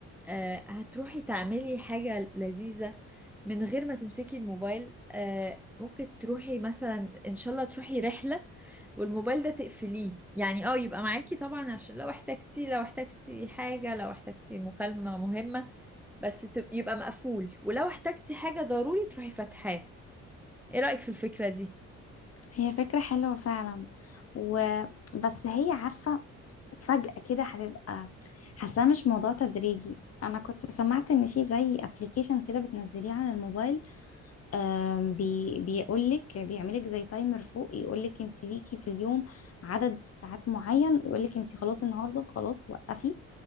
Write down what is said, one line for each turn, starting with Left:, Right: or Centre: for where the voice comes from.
Centre: آه، هتروحي تعملي حاجة لذيذة من غير ما تمسكي الموبايل آه، ممكن تروحي مثلا ان شاء الله تروحي رحلة والموبايل ده تقفليه يعني اه يبقى معاكي طبعا عشان لو احتجتي لو احتجتي حاجة لو احتجتي مكالمة مهمة بس تب- يبقى مقفول ولو احتجتي حاجة ضروري تروحي فاتحاه ايه رأيك في الفكرة دي؟
Left: هي فكرة حلوة فعلا وبس هي عارفة فجأة كده هتبقى حاساه مش موضوع تدريجي انا كنت سمعت ان في زي ابلكيشن كده بتنزليه على الموبايل آم، بي بيقول لك بيعملك زي تايمر فوق يقول لك انت ليكي في اليوم عدد ساعات معين يقول لك انت خلاص النهارده خلاص وقفي